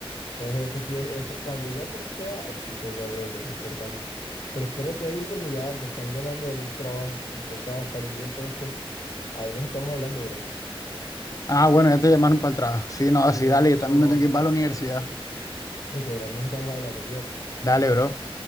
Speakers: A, on the left; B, on the left.
A: Entonces eso sí es, eso, cuando ya eso suceda, ahí sí se vuelve a volver importante. Pero espérate ahí porque ya me están llamando del otro trabajo. Me toca salir entonces. Ahí nos estamos hablando, bro.
B: Ah, bueno, ya te llamaron para el trabajo. Sí,
A: Sí,
B: no,
A: ahí
B: sí, dale,
A: me
B: yo también
A: tomo.
B: me tengo que ir para la universidad.
A: Listo, bro, ahí nos estamos hablando, cuídate.
B: Dale, bro.